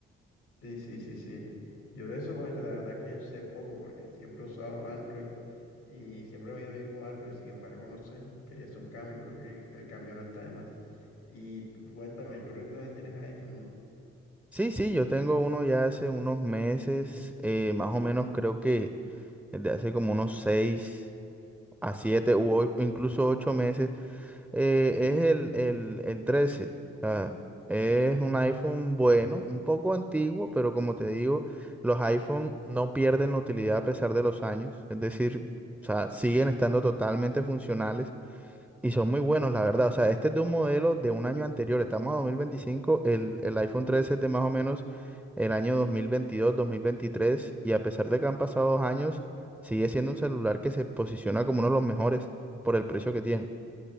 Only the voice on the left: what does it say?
Sí, sí, sí, sí. Yo de eso, pues la verdad es que sé poco porque siempre he usado Android y siempre me he ido bien con Android. Sin embargo, no sé, quería hacer un cambio, creo que el cambio no está de más. Y tú cuéntame, yo creo que tú también tienes iPhone, ¿no?
Mm,